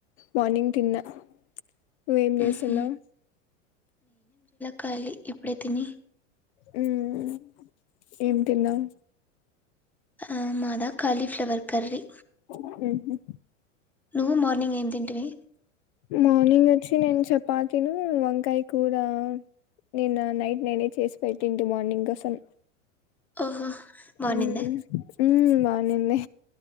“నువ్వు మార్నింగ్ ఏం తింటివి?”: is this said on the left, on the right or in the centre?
Centre